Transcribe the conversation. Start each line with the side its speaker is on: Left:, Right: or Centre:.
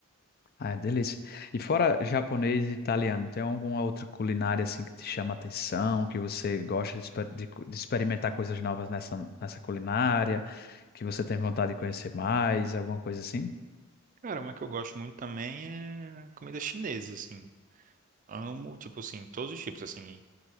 Left: Ah, é delícia. E fora japonês e italiano, tem alguma outra culinária assim que te chama a atenção, que você gosta de, exper- de cu- de experimentar coisas novas nessa, nessa culinária, que você tem vontade de conhecer mais, alguma coisa assim?
Right: Cara, uma que eu gosto muito também é comida chinesa, assim. Amo, tipo assim, todos os tipos, assim.